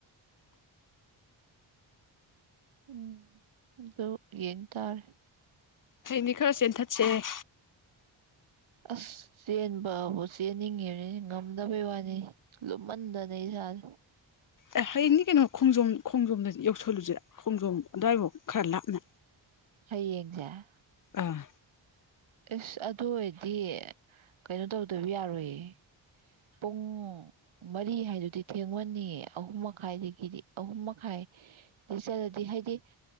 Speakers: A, on the right; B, on the left.
A: ꯎꯝ ꯑꯗ‌ꯣ ꯌꯦꯡꯇꯥꯔꯦ
B: ꯍꯌ‌ꯦꯡꯗꯤ ꯈꯔ ꯆꯦꯟꯊꯠꯁꯦꯍ‌ꯦ
A: ꯑꯁ ꯆꯦꯟꯕꯕꯨ ꯆꯦꯟꯅꯤꯡꯉꯤꯕꯅꯤ ꯉꯝꯗꯕꯩ ꯋꯥꯅꯤ ꯂꯨꯝꯃꯟꯗꯅ ꯏꯁꯥꯁꯦ
B: ꯑꯦ ꯍꯌꯦꯡꯗꯤ ꯀꯩꯅꯣ ꯈꯣꯡꯖꯣꯝ ꯈꯣꯡꯖꯣꯝꯗ ꯌꯧꯁꯜꯂꯨꯁꯤꯔꯥ ꯈꯣꯡꯖꯣꯝ ꯑꯗꯨ꯭ꯋꯥꯏꯐꯥꯎ ꯈꯔ ꯂꯥꯞꯅ
A: ꯍꯌ‌ꯦꯡꯖ‌ꯦ
B: ꯑꯥ
A: ꯑꯁ ꯑꯗꯨ ꯑꯣꯏꯔꯗꯤ ꯀꯩꯅꯣ ꯇꯧꯗꯕ ꯌꯥꯔꯣꯏꯌꯦ ꯄꯨꯡ ꯃꯔꯤ ꯍꯥꯏꯗꯨꯗꯤ ꯊꯦꯡꯃꯟꯅꯤꯌꯦ ꯑꯍꯨꯝ ꯃꯈꯥꯏꯗꯒꯤꯗꯤ ꯑꯍꯨꯝ ꯃꯈꯥꯏꯗꯩ ꯆꯠꯂꯗꯤ ꯍꯥꯏꯗꯤ